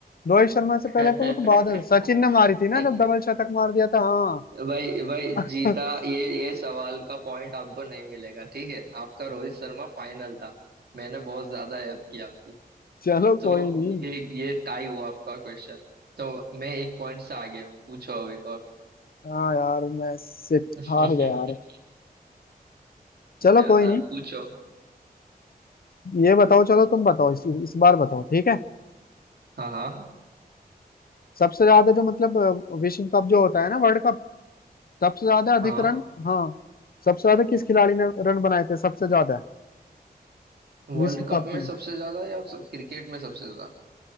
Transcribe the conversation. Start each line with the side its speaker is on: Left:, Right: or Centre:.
Left: रोहित शर्मा से
Right: <laughs>
Left: पहले तो वो तो बाद है सचिन ने मारी थी ना जब डबल शतक मार दिया था हाँ
Right: भाई भाई
Left: <laughs>
Right: जीता ये ये सवाल का पॉइंट आपको नहीं मिलेगा ठीक है आपका रोहित शर्मा फाइनल था मैंने बहुत ज्यादा हेल्प की आपकी
Left: चलो
Right: तो
Left: कोई नहीं
Right: ये ये टाई हुआ आपका क्वेश्चन तो मैं एक पॉइंट से आगे हूँ पूछो अब एक और
Left: हाँ यार मैं सिट
Right: <laughs>
Left: हार गया यार चलो
Right: यार
Left: कोई नहीं
Right: पूछो
Left: ये बताओ चलो तुम बताओ इस, इस बार बताओ ठीक है
Right: हाँ हाँ
Left: सबसे ज्यादा जो मतलब अ, विश्व कप जो होता है ना वर्ल्ड कप सबसे ज्यादा अधिक
Right: हाँ
Left: रन हाँ सबसे ज्यादा किस खिलाड़ी ने रन बनाए थे सबसे ज्यादा
Right: वर्ल्ड
Left: विश्व
Right: कप
Left: कप
Right: में
Left: में
Right: सबसे ज्यादा या सब क्रिकेट में सबसे ज्यादा